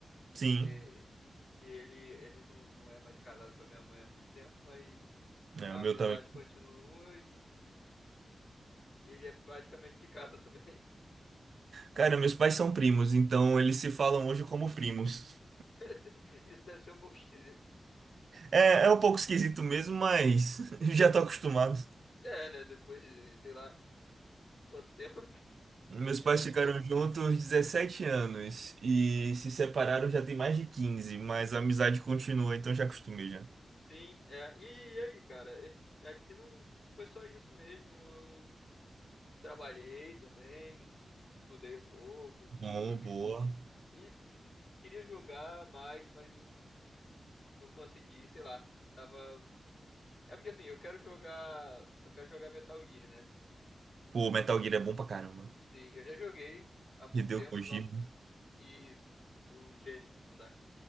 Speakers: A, on the right (about 70°); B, on the left (about 75°).
A: Sim,
B: E, e ele, ele não, não é mais casado com a minha mãe há muito tempo, mas
A: é,
B: a
A: o
B: amizade
A: meu também.
B: continua e ele é praticamente de casa também.
A: Cara, meus pais são primos, então eles se falam hoje como primos.
B: <laughs> Isso deve ser um pouco esquisito.
A: É, é um pouco esquisito mesmo, mas <laughs> já tô acostumado.
B: É, né? Depois, sei lá. Quanto tempo? <laughs> vinte
A: Meus pais
B: anos.
A: ficaram juntos 17 anos e se separaram já tem mais de 15, mas a amizade continua, então já acostumei já.
B: Sim, é. E, e aí, cara? é- Aqui não foi só isso mesmo. Eu trabalhei também, estudei um pouco,
A: Bom,
B: joguei.
A: boa.
B: E, e queria jogar mais, mas não, não consegui, sei lá. Tava. É porque assim, eu quero jogar. Eu quero jogar Metal Gear, né?
A: Pô, Metal Gear é bom pra caramba.
B: Sim, eu já joguei há muito
A: Hideo
B: tempo,
A: Kojima,
B: logo. Isso, o gênio, não dá.